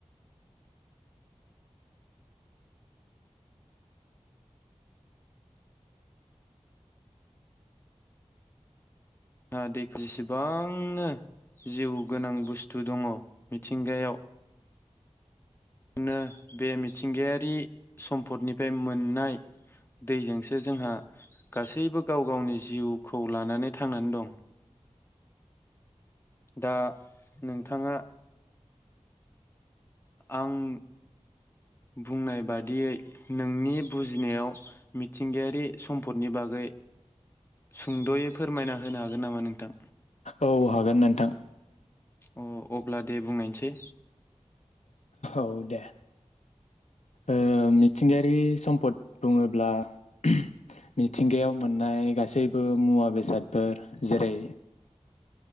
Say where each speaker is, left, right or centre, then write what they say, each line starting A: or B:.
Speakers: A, on the left; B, on the left.
A: जोंहा दै जेसेबांनो जिउ गोनां बुस्थु दंङ मिथिंगायाव नो बे मिथिंगायारि सम्पदनिफ्राय मोननाय दैजोंसो जोंहा गासैबो गाव गावनि जिउखौ लानानै थांनानै दं दा नोंथाङा आं बुंनाय बादियै नोंनि बुजिनायाव मिथिंगायारि सम्पदनि बागै सुंदयै फोरमायना होनो हागोन नामा नोंथां
B: औ हागोन नोंथां
A: अ अब्ला दे बुंनायथि
B: औ दे ओ मिथिंगायारि सम्पद बुङोब्ला मिथिंगायाव मोननाय गासैबो मुवा बेसादफोर जेरै